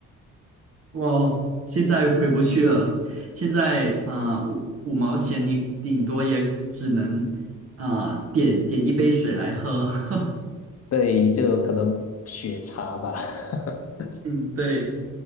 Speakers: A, on the right; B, on the left.
A: 哇，现在回不去了。现在啊、五五毛钱你顶多也只能啊、点点一杯水来喝。<laughs>
B: 对，就可能血茶吧。<laughs>
A: 嗯，对。